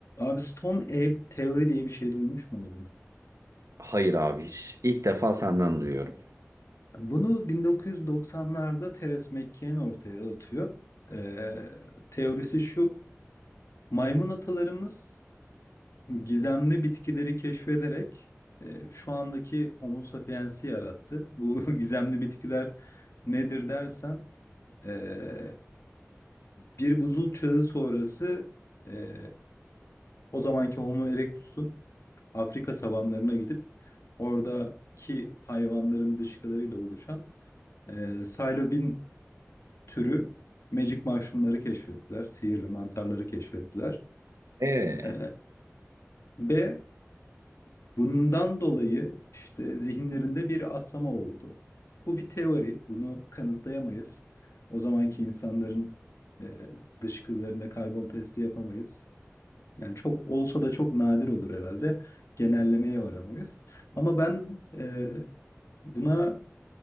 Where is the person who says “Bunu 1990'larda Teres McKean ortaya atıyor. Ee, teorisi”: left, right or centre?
Left